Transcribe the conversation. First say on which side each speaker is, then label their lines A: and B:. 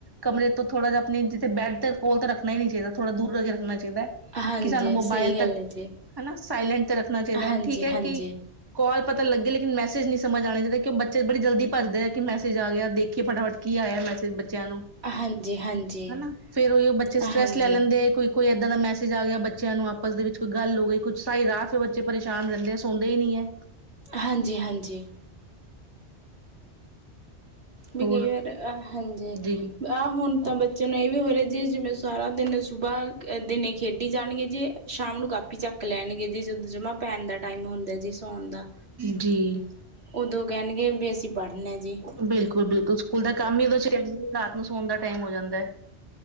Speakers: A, on the right; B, on the right.
A: ਕਮਰੇ ਤੋਂ ਥੋੜਾ ਜਿਹਾ ਆਪਣੇ ਜਿੱਥੇ ਬੈਡ ਦੇ ਕੋਲ ਤਾਂ ਰੱਖਣਾ ਹੀ ਨੀ ਚਾਹੀਦਾ, ਥੋੜ੍ਹਾ ਦੂਰ ਕਰਕੇ ਰੱਖਣਾ ਚਾਹੀਦਾ
B: ਹਾਂਜੀ
A: ਕਿ ਸਾਨੂੰ ਮੋਬਾਇਲ
B: ਸਹੀ ਗੱਲ
A: ਤੱਕ
B: ਹੈ ਜੀ।
A: ਹਨਾ ਸਾਈਲੈਂਟ ਤੇ ਰੱਖਣਾ ਚਾਹੀਦਾ
B: ਹਾਂਜੀ,
A: ਹੈ, ਠੀਕ ਹੈ
B: ਹਾਂਜੀ, ਹਾਂਜੀ,
A: ਕਿ ਕਾਲ ਪਤਾ ਲੱਗੇ, ਲੇਕਿਨ ਮੈਸੇਜ ਨਹੀਂ ਸਮਝ ਆਉਣਾ ਚਾਹੀਦਾ ਕਿ ਬੱਚੇ ਬੜੀ ਜਲਦੀ ਭੱਜਦੇ ਆ, ਕਿ ਮੈੇਸਜ ਆ ਗਿਆ ਦੇਖੀਏ ਫਟਾਫਟ ਕੀ ਆਇਆ ਮੈਸੇਜ ਬੱਚੇ ਬੱਚਿਆਂ ਨੂੰ,
B: ਹਾਂਜੀ,
A: ਹਨਾ ਫੇਰ ਉਹੀ ਬੱਚੇ ਸਟਰੈਸ
B: ਹਾਂਜੀ।
A: ਲੈ ਲੈਂਦੇ ਕੋਈ ਕੋਈ ਏਦਾਂ ਦਾ ਮੈਸ ਜਾ ਗਿਆ ਬੱਚਿਆਂ ਨੂੰ ਆਪਸ ਦੇ ਵਿੱਚ ਕੋਈ ਗੱਲ ਹੋ ਗਈ ਕੁਛ, ਸਾਰੀ ਰਾਤ ਫਿਰ ਬੱਚੇ ਪਰੇਸ਼ਾਨ ਰਹਿੰਦੇ ਆ ਸੌਂਦੇ ਹੀ ਨਹੀਂ ਹੈ
B: ਹਾਂਜੀ, ਹਾਂਜੀ ਵੀ
A: ਹੋਰ
B: ਕਈ ਵਾਰ ਹਾਂਜੀ
A: ਜੀ
B: ਆਹ ਹੁਣ ਤਾਂ ਬ ਚੈਲੋ ਇਹ ਵੀ ਹੋ ਰਿਹਾ ਜੀ ਜਿਵੇਂ ਸਾਰਾ ਦਿਨ ਸੁਬਾਹ ਦਿਨ ਖੇਡੀ ਜਾਣਗੇ ਜੀ ਸ਼ਾਮ ਨੂੰ ਕਾਪੀ ਚੱਕ ਚੱਕ ਲੈਣਗੇ ਜੀ ਜਦੋਂ ਜਮਾ ਪੈਣ ਦਾ ਟਾਈਮ ਹੁੰਦਾ ਸੌਉਣ ਦਾ
A: ਜੀ
B: ਉਦੋਂ ਕਹਿਣਗੇ ਵੀ ਅਸੀਂ ਪੜ੍ਹਨਾ ਜੀ।
A: ਬਿਲਕੁਲ -ਬਿਲਕੁਲ, ਸਕੂਲ ਦਾ ਕੰਮ ਹੀ ਉਹਦੇ ਚ ਆ ਰਾਤ ਨੂੰ ਸੋਣ ਦਾ ਟਾਈਮ ਹੋ ਜਾਂਦਾ ਹੈ